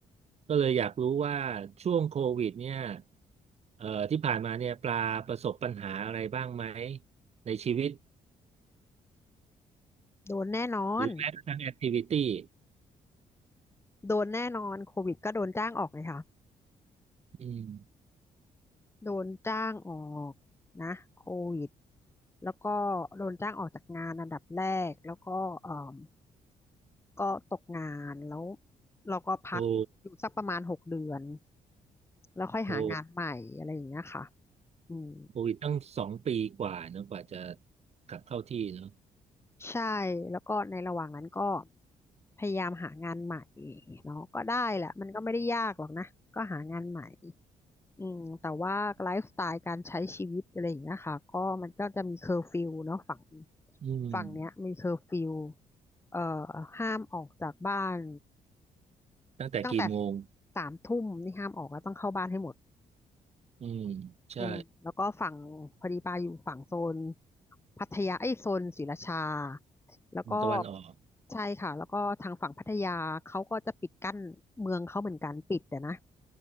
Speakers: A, on the right; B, on the left.
A: ก็เลยอยากรู้ว่าช่วงโควิดเนี่ยเอ่อที่ผ่านมาเนี่ยปลาประสบปัญหาอะไรบ้างไหมในชีวิต
B: โดนแน่นอน
A: หรือแม้กระทั่งแอคทิวิตี้
B: โดนแน่นอน โควิดก็โดนจ้างออกเลยค่ะ
A: อืม
B: โดนจ้างออกนะโควิดแล้วก็โดนจ้างออกจากงานอันดับแรกแล้วก็เอ่มก็ตกงานแล้วเราก็พักอยู่สักประมาณหกเดือน
A: โอ้
B: แล้วค่อยหางานใหม่อะไรอย่างเงี้ยค่ะ
A: โอ้
B: อืม
A: โควิดตั้งสองปีกว่าเนอะกว่าจะกลับเข้าที่เนอะ
B: ใช่แล้วก็ในระหว่างนั้นก็พยายามหางานใหม่เนาะก็ได้แหละมันก็ไม่ได้ยากหรอกนะก็หางานใหม่ อืมแต่ว่าไลฟ์สไตล์การใช้ชีวิตอะไรอย่างเงี้ยค่ะก็มันก็จะมีเคอร์ฟิวเนาะฝั่ง
A: อืม
B: ฝั่งเนี้ยมีเคอร์ฟิวเอ่อห้ามออกจากบ้าน
A: ตั้งแต่กี่โมง
B: ตั้งแต่สามทุ่มนี่ห้ามออกแล้วต้องเข้าบ้านให้หมด
A: อืมใช่
B: อืมแล้วก็ฝั่งพอดีปาอยู่ฝั่งโซนพัทยาไอ้ยโซนศรีราชาแล้วก็
A: อืมตะวันออก
B: ใช่ค่ะแล้วก็ทางฝั่งพัทยาเขาก็จะปิดกั้นเมืองเขาเหมือนกันปิดแต่นะ